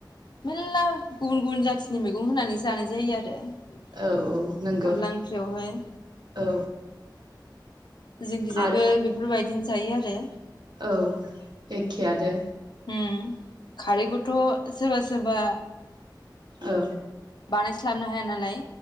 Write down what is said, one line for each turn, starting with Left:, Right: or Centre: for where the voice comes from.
Left: मेलला गुबुन गुबुन जाथिनि मैगं होनानै जानाय जायो आरो अनला
Right: औ औ नंगौ
Left: ओंख्रियावहाय।
Right: औ
Left: जोंनिजायबो
Right: आरो
Left: बेफोरबायदिनो जायो आरो‌।
Right: औ एखे आनो।
Left: उम। खारिखौथ सोरबा सोरबा
Right: औ
Left: बानायस्लाबनो हाया नालाय